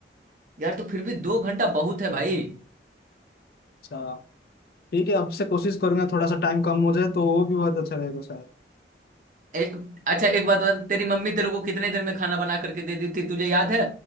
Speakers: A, on the right; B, on the left.
A: यार तो फिर भी दो घंटा बहुत है भाई
B: अच्छा। ठीक है आपसे कोशिश करूंगा थोड़ा सा टाइम कम हो जाए तो वो भी बहुत अच्छा रहेगा शायद
A: एक अच्छा एक बात बता तेरी मम्मी तेरे को कितने दिन में खाना बना करके दे दी थी तुझे याद है